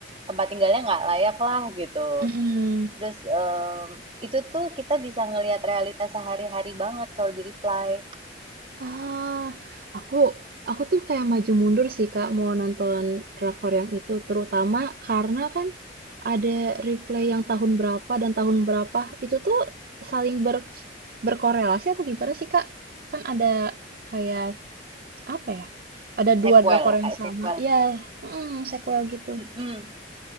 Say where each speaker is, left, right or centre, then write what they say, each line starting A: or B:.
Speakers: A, on the right; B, on the right.
A: tempat tinggalnya nggak layak lah gitu.
B: Mm-mm.
A: Terus, mmm, itu tuh kita bisa ngelihat realitas sehari-hari banget kalau di Reply.
B: Ah, aku aku tuh kayak maju mundur sih Kak mau nonton drakor yang itu terutama karena kan ada replay yang tahun berapa dan tahun berapa itu tuh saling ber, berkorelasi atau gimana sih Kak? Kan ada kayak apa ya? Ada
A: Sequel,
B: dua drakor
A: kayak
B: yang sama.
A: sequel.
B: Ya, mm, sequel gitu.
A: Mhm.